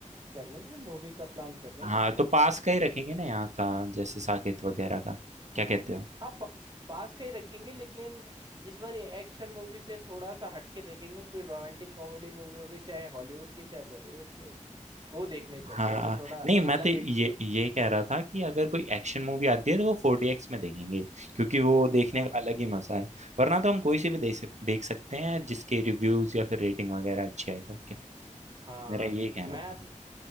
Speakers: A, on the right; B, on the right.
A: कर लेंगे मूवी का प्लान कर लेंगे
B: हाँ
A: अपना
B: तो पास
A: उसी
B: का ही रखेंगे ना यहाँ का जैसे साकेत वगैरह का क्या कहते हो
A: हाँ प, पास का ही रखेंगे लेकिन इस बार ये एक्शन मूवी से थोड़ा सा हटके देखेंगे कोई रोमांटिक कॉमेडी मूवी होगी चाहे हॉलीवुड की चाहे बॉलीवुड की उस- वो देखने चलते
B: हाँ
A: हैं तो थोड़ा
B: नहीं मैं
A: अलग
B: तो ये
A: एक्सपीरियंस
B: ये
A: है
B: कह रहा था कि अगर कोई एक्शन मूवी आती है तो वो फोर डी एक्स में देखेंगे क्योंकि वो देखने
A: हाँ
B: का अलग ही मजा है वरना तो हम कोई सी भी देख सक, देख सकते हैं जिसके रिव्यूज या फिर रेटिंग वगैरह अच्छी आई तो okay।
A: हाँ
B: मेरा ये कहना
A: मैं
B: था
A: अब